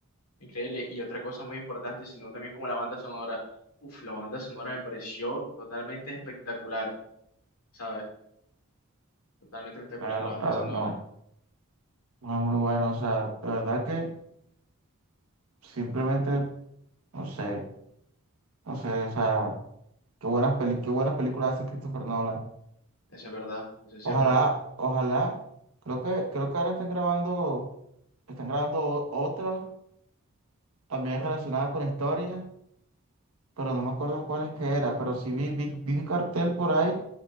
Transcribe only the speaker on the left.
increíble. Y otra cosa muy importante, sino también como la banda sonora. Uf, la banda sonora me pareció totalmente espectacular, ¿sabes? Totalmente espectacular
la banda
sonora.
Eso es verdad, eso es
cierto.